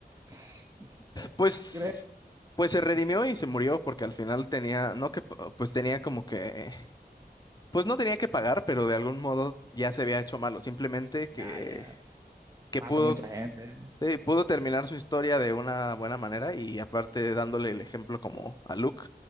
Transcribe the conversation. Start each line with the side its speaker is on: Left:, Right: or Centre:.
Right: <laughs> Se-
Left: Pues
Right: Creo.
Left: Pues se redimió
Right: Es que
Left: y se murió porque al final tenía, no que, pues tenía como que Pues no tenía que pagar, pero de algún modo ya se había hecho malo. Simplemente
Right: ya,
Left: que,
Right: ya.
Left: que
Right: Mató
Left: pudo,
Right: mucha gente.
Left: eh, pudo terminar su historia de una buena manera y aparte dándole el ejemplo como a Luke.